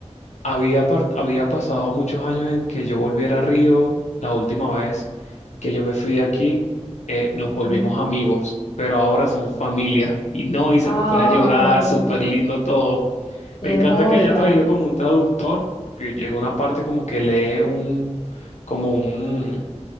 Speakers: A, on the left; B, on the left.
A: había, par- había pasado muchos años en que yo volviera a Río la última vez que yo me fui de aquí, eh, nos
B: Ujú.
A: volvimos amigos, pero ahora somos familia. Y no, y se
B: Ah,
A: pone a llorar, súper lindo todo.
B: qué
A: Me encanta
B: hermosa.
A: que haya traído como un traductor, que llega una parte como que lee un, como un,